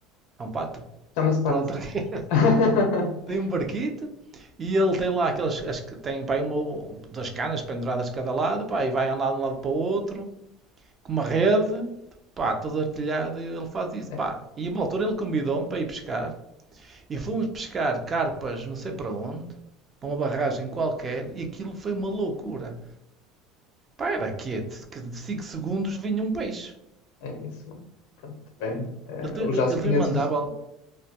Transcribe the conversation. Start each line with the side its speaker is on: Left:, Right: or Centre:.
Right: É um pato.
Left: Chama-se pato.
Right: Pronto, <laughs>
Left: <laughs>
Right: tem um barquito e ele tem lá aquelas. As, tem pá, aí uma, duas canas penduradas de cada lado, pá, e vai andar de um lado para o outro, com uma rede, pá, todo artilhado, e ele faz isso,
Left: É,
Right: pá. E a uma altura ele convidou-me para ir pescar e fomos pescar carpas, não sei para onde, para uma barragem qualquer, e aquilo foi uma loucura. Para, quieto, que de 5 segundos vinha um peixe.
Left: é isso. Pronto, depende. É,
Right: Ele, te-
Left: eu já se
Right: ele
Left: conheço.
Right: também mandava.